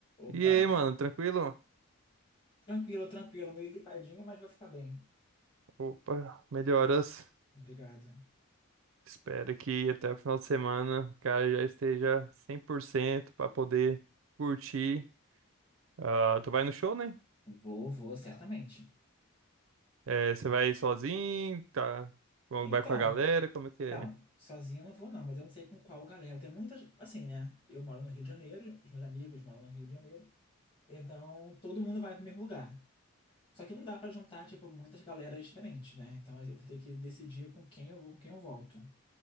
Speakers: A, on the left; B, on the right.
A: Opa,
B: E aí, mano, tranquilo?
A: tranquilo, tranquilo, meio gripadinho, mas vou ficar bem.
B: Opa, melhoras.
A: Obrigado.
B: Espero que até o final de semana o cara já esteja 100% pra poder curtir. Ah, tu vai no show, né?
A: Vou, vou, certamente.
B: É, você vai sozinho, tá? Ou
A: Então,
B: Vai com a galera, como é que é?
A: não, sozinho eu não vou não, mas eu não sei com qual galera. Tem muitas, assim, né? Eu moro no Rio de Janeiro, os meus amigos moram no Rio de Janeiro, então todo mundo vai pro mesmo lugar. Só que não dá pra juntar, tipo, muitas galeras diferentes, né? Então eu vou ter que decidir com quem eu vou, com quem eu volto.